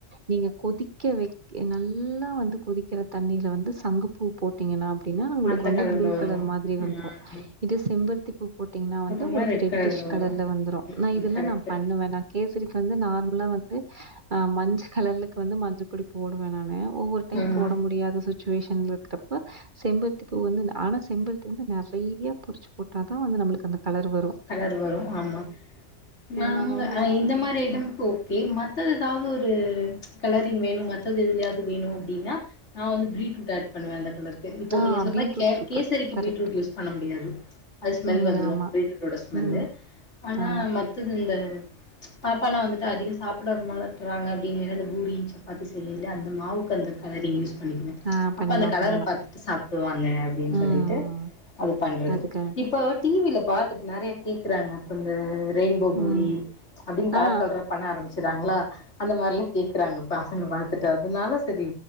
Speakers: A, on the right; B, on the left.
A: நீங்க கொதிக்க வை நல்லா வந்து கொதிக்கிற தண்ணீல வந்து சங்கு பூ போட்டீங்கன்னா அப்டின்னா உங்களுக்கு
B: அந்த
A: வந்து
B: கலர்ல
A: ப்ளூ
B: வரு
A: கலர் மாதிரி வந்துரு
B: ம்
A: இதே செம்பருத்தி பூ போட்டீங்னா வந்து
B: அப்றமா
A: உங்களுக்கு
B: ரெட்
A: ரெட்டிஷ் கலர்ல
B: வரு
A: வந்துரு
B: ம்
A: நா இதெல்லா
B: கரெக்ட்
A: நா பண்ணுவேன்னா கேசரிக்கு வந்து நார்மலா வந்து நா மஞ்ச கலர்க்கு வந்து மஞ்ச பொடி போடுவ நானு ஒவ்வொரு டைம்
B: ம்
A: போட முடியாத சுச்சுவேஷன் இருக்குறப்ப செம்பருத்தி பூ வந்து ஆனா செம்பருத்தி வந்து நெறையா பொரிச்சு போட்டா தா வந்து நம்மளுக்கு அந்த கலர் வரு
B: கலர் வரு ஆமா நாங்க
A: நம்ம வந்து என்ன
B: இந்த மாரி ஐட்டம்
A: ம்.
B: கொ கே மத்தது ஏதாவது ஒரு கலரிங் வேணு மத்தது எதுலயாவது வேணு அப்டின்னா நா வந்து ப்ரீட்ரூட் ஆட் பண்ணுவ அந்த கலருக் கு இப்போ
A: ஆ
B: நீங்க சொன்ன
A: பீட்ரூட்
B: மாரி கே
A: சூப்பர்.
B: கேசரிக்கு
A: கரெக்ட்.
B: பீட்ரூட் யூஸ் பண்ண முடியாது அது ஸ்மெல்
A: ம்
B: வந்துரு
A: ஆமா.
B: பீட்ரூட் ஸ்மெல்லு
A: ம்
B: ஆனா
A: ஆமா.
B: மத்தது இந்த பாப்பாலா வந்துட்டு அதிக சாப்புட்ற மாட்றாங்க அப்புடின் இந்த பூரி சப்பாத்தி செய்றில்ல அந்த மா மாவுக்கு அந்த கலர யூஸ் பண்ணிக்குங்க
A: ஆ பண்ணலாம்,
B: அப்ப அந்த கலர
A: பண்ணலாம்.
B: பாத்துட்டு சாப்புடுவாங்க அப்டின்னு
A: ம்.
B: சொல்லிட்டு அது பண்றது
A: அது கரெக்ட்.
B: இப்போ டிவில பாத்துட்டு நறைய கேக்கறாங்க இப்ப அந்த ரெயின்போ பூரி
A: ம்.
B: அப்டின்னு கலர்
A: ஆ.
B: கலரா பண்ண ஆரம்மிச்சர்றாங்களா அந்த மாரிலா கேக்கறாங்க பசங்க பாத்துட்டு அதனால செரி